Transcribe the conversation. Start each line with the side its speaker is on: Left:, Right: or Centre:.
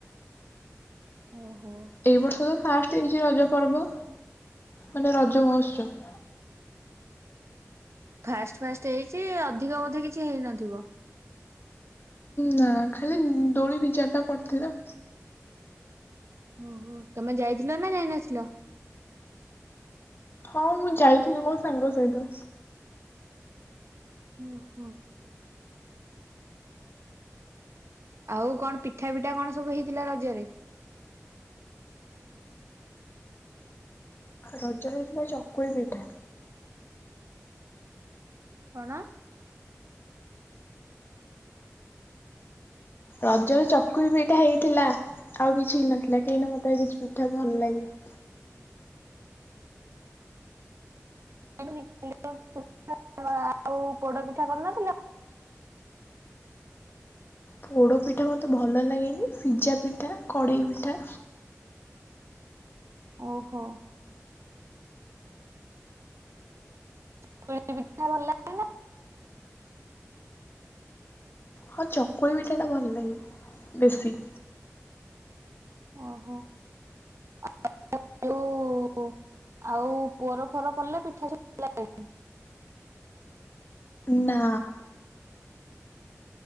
Right: ଓହୋ।
Left: ଏଇ ବର୍ଷ ତ ଫାଷ୍ଟ ହେଇଚି ରଜ ପର୍ବ ମାନେ ରଜ ମହୋତ୍ସବ।
Right: ଫାଷ୍ଟ ଫାଷ୍ଟ ହେଇଚି ଅଧିକ ବୋଧେ କିଛି ହେଇନଥିବ।
Left: ନା ଖାଲି ଦୋଳି ଦି ଚାରିଟା ପଡିଥିଲା।
Right: ଓହୋ ତମେ ଯାଇଥିଲ ନା ଯାଇନଥିଲ।
Left: ହଁ ମୁଁ ଯାଇଥିଲି ମୋ ସାଙ୍ଗ ସହିତ।
Right: ହୁଁ ହୁଁ। ଆଉ କଣ ପିଠା ପିଠା କଣ ସବୁ ହେଇଥିଲା ରଜରେ।
Left: ରଜରେ ହେଇଥିଲା ଚକୁଳି ପିଠା।
Right: କଣ।
Left: ରଜରେ ଚକୁଳି ପିଠା ହେଇଥିଲା ଆଉ କିଛି ହେଇ ନଥିଲା କାହିଁକି ନା ମତେ କିଛି ପିଠା ଭଲ ଲାଗେନି।
Right: <unintelligible> ଆଉ ପୋଡପିଠା କରିନଥିଲ।
Left: ପୋଡ଼ ପିଠା ମୋତେ ଭଲ ଲାଗେନି ସିଜା ପିଠା କଡ଼େଇ ପିଠା।
Right: ଓହୋ। ଚକୁଳି ପିଠା ଭଲ ଲାଗ
Left: ହଁ ଚକୁଳି ପିଠାଟା ଭଲ ଲାଗେ ବେଶୀ।
Right: ଓହୋ। <unintelligible> ଯୋଉ ଆଉ ପୁଅର ଫର କଲେ ପିଠା ଭଲ ଲାଗେ
Left: ନା।